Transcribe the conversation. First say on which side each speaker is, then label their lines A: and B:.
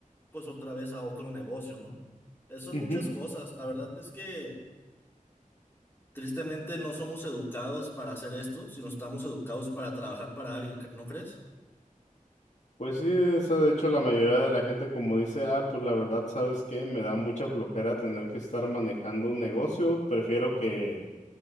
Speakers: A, on the left; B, on the left.
A: pues otra vez a otro negocio, ¿no? Eh, son
B: Ujú,
A: muchas
B: ujú.
A: cosas. La verdad es que tristemente no somos educados para hacer esto, sino estamos educados para trabajar para alguien, ¿no crees?
B: Pues sí, esa de hecho la mayoría de la gente como dice, ah, pues la verdad, ¿sabes qué? Me da mucha flojera tener que estar manejando un negocio, prefiero que